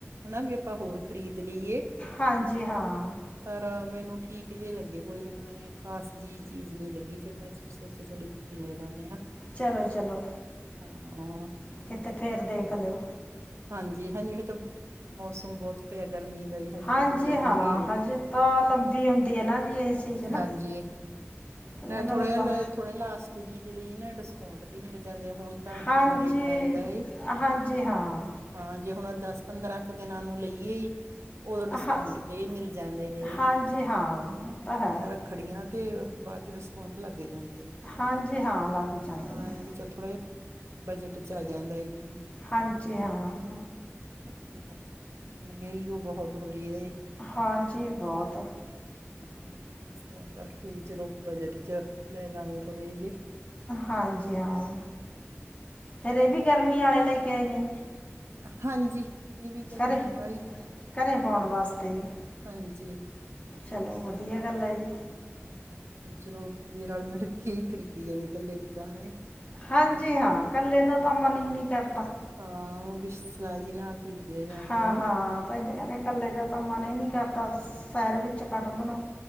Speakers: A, on the right; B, on the left.
A: ਹਨਾ ਵੀ ਆਪਾਂ ਹੋਰ ਖ਼ਰੀਦ ਲਈਏ।
B: ਹਾਂਜੀ, ਹਾਂ।
A: ਪਰ ਮੈਨੂੰ ਠੀਕ ਜੇ ਲੱਗੇ ਕੋਈ ਮੈਨੂੰ ਐਂ ਖਾਸ ਜਿ ਚੀਜ਼ ਨੀ ਲੱਗੀ ਫੇਰ ਮੈਂ ਸੋਚੇਆ ਚੱਲ ਇਕ ਈ ਲੈ ਲੈਨੇ ਆਂ।
B: ਚਲੋ ਜੀ ਚਲੋ।
A: ਹਾਂ।
B: ਕਿਤੇੇ
A: ਚਲੋ।
B: ਫੇਰ ਦੇਖ ਲੇਓ।
A: ਹਾਂਜੀ, ਹਾਂਜੀ ਜੇੜੇ ਤਬ ਮੋਸਮ ਬੋਤ ਪੇਆ ਗਰਮੀ ਦਾ ਹੀ, ਹਜੇ
B: ਹਾਂਜੀ
A: ਤਾ ਚੱਲਣਗੇ।
B: ਹਾਂ ਹਜੇ ਤਾਂ ਲੰਬੀ ਹੁੰਦੀ ਹੈ ਨਾ ਜੀ ਇਹ ਸੀਜ਼ਨ
A: ਹਾਂਜੀ,
B: ਇਹਨਾਂ
A: ਮੈਂ ਥੋੜੇ
B: ਲੱਭਾ
A: ਲ ਥੋੜੇ ਲਾਸਟ ਜੀ। <unintelligible> ਨਾ ਡਿਸਕੋਂਟ ਤੇ, ਮਿਲ ਜਾਂਦੇ ਹੁਨ ਤਾਂ
B: ਹਾਂਜੀ
A: ਪੂਰਾ ਰੇਟ ਲੱਗਦਾ ਏ
B: ਹਾਂਜੀ, ਹਾਂ
A: ਹਾਂ ਜੇ ਹੁਣ ਦਾੱਸ, ਪੰਦਰਾਂ ਕ ਦਿਨਾਂ ਨੂੰ ਲਈਏ ਓਦੋ ਡਿਸਕੋਂਟ
B: ਹਾਂ
A: ਤੇ ਮਿਲ ਜਾਂਦੇ ਨੇ,
B: ਹਾਂਜੀ ਹਾਂ ਉਹ ਤਾਂ ਹੈ
A: ਯਾਰ ਖੜੀਆਂ ਤੇ ਬਾਦ ਚੋ ਡਿਸਕੋਂਟ ਲੱਗ ਜਾਂਦੇ
B: ਹਾਂਜੀ ਹਾਂ ਲੱਗ ਜਾਂਦੇ
A: ਹਾਂ
B: ਨੇ
A: ਐ ਵੀ ਚੱਲ ਥੋੜਾ ਜਾ, ਬਜਟ ਚ ਆ ਜਾਂਦਾ ਈ ਕਾੰਮ
B: ਹਾਂਜੀ, ਹਾਂ
A: <unintelligible> ਮੇਂਗਈ ਓ ਬੋਤ ਹੋਰੀ ਏ।
B: ਹਾਂਜੀ, ਬੋਤ
A: <unintelligible> ਇਸ ਤਰਾਂ ਕਰਕੇ ਵੀ ਚਲੋ ਬਜਟ ਚ ਲੇ ਲਾਂਗੇ ਥੋੜੇ ਜੇ।
B: ਹਾਂਜੀ ਹਾਂ ਫੇਰ ਏਵੀ ਗਰਮੀਆਂ ਆਲੇ ਲੈਕੇ ਆਏ ਨੇ।
A: ਹਾਂਜੀ, ਏਵੀ ਗਰਮੀਆਂ
B: ਘਰੇ
A: ਵਾਲੇ ਈ,
B: ਘਰੇ ਪਾਉਣ ਵਾਸਤੇ ਜੀ
A: ਹਾਂਜੀ।
B: ਚਲੋ ਵਦੀਆ ਗਾੱਲ ਐ ਜੀ।
A: ਹਾਂ, ਚਲੋ ਵੀ ਰਾਲ ਮਿਲਕੇ ਈ ਖਰੀਦੀ ਏ ਕੱਲੇ <unintelligible>
B: ਹਾਂਜੀ ਹਾਂ, ਕੱਲੇ ਦਾ ਤਾ ਮਨ ਈ ਨੀ ਕਰਦਾ।
A: ਹਾਂ, ਵਿਸ਼ ਲਾਜੀ ਨਾਲ। ਖਰੀਦਿਆ ਜਾਂਦਾ
B: ਹਾਂ,
A: ਏ
B: ਹਾਂ। <unintelligible> ਕੱਲੇ ਦਾ ਤਾਂ ਮਨ ਈ ਨੀ ਕਰਦਾ ਸੈਰ ਵਿੱਚ ਕੱੜਨ ਨੂੰ,